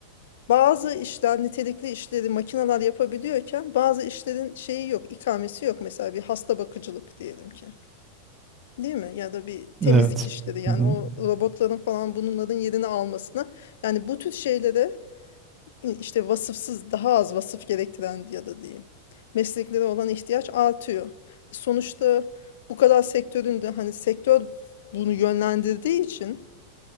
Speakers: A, on the left; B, on the right.
A: bazı işler, nitelikli işleri makineler yapabiliyorken bazı işlerin şeyi yok, ikamesi yok. Mesela bir hasta bakıcılık diyelim ki. Değil mi? Ya da bir temizlik
B: Evet.
A: işleri yani
B: Hı hı.
A: o robotların falan bunların yerini almasına. Yani bu tür şeylere işte vasıfsız daha az vasıf gerektiren ya da diyeyim mesleklere olan ihtiyaç artıyor. Sonuçta bu kadar sektörün de hani sektör bunu yönlendirdiği için